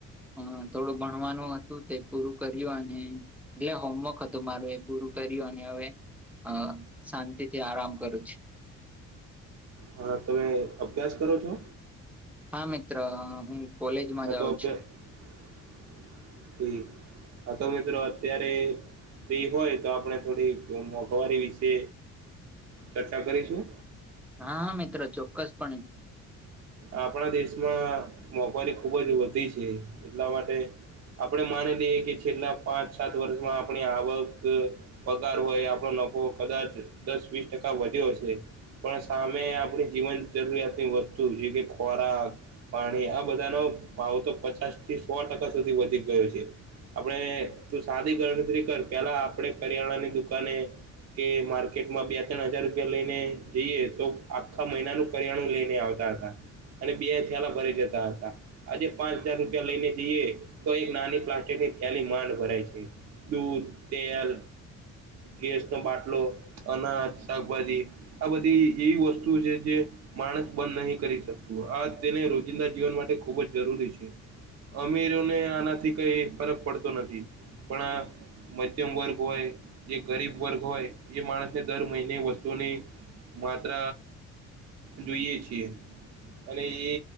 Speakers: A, in the centre; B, on the right (about 55°).
A: હ થોડું ભણવાનું હતું તે પૂરું કર્યું અને એટલે હોમવર્ક હતું મારું એ પૂરું કર્યું અને હવે અ શાંતિ થી આરામ કરું છુ.
B: હા તમે અભ્યાસ કરો છો?
A: હા મિત્ર હું કોલેજમાં
B: હ
A: જાઉં
B: તો અભ્યાસ
A: છું
B: આ તો મિત્રો અત્યારે ફ્રી હોય તો આપણે થોડી મોંઘવારી વિશે ચર્ચા કરીશું.
A: હા મિત્ર ચોક્કસ પણે.
B: આપણા દેશમાં મોંઘવારી ખુબ જ વધી છે એટલા માટે આપણે માની લઈએ કે છેલ્લા પાંચ સાત વર્ષમાં આપણે આવક પગાર હોય આપણો નફો કદાચ દસ વીસ ટકા વધ્યો છે. પણ સામે આપણી જીવન જરૂરિયાતની વસ્તુ જે કે ખોરાક પાણી આ બધાનો ભાવ તો પચાસ થી સો ટકા સુધી વધી ગયો છે. આપણે તું સાદી ગણતરી કર પેલા આપણે કરિયાણાની દુકાને કે માર્કેટમાં બે ત્રણ હજાર રૂપિયા લઈને જઈએ તો આખા મહિનાનું કરિયાણું લઈને આવતા હતા. અને બે થેલા ભરાઈ જતા હતા. આજે પાંચ હજાર રૂપિયા લઈને જઈએ તો એક નાની પ્લાસ્ટિકની થયાલી માંડ ભરાય છે. દૂધ, તેલ, ગેસ નો બાટલો અને શાકભાજી આ બધી એવી વસ્તુ છે જે માણસ બંધ નહીં કરી શકે. આ તેને રોજિંદા જીવન માટે ખુબ જ જરૂરી છે, અમીરોને આનાથી કઈ ફરક પડતો નથી પણ મધ્યમ વર્ગ હોય જે ગરીબ વર્ગ હોય એ માણસને દર મહિને વસ્તુની માત્ર જોઈએ છીએ. અને એ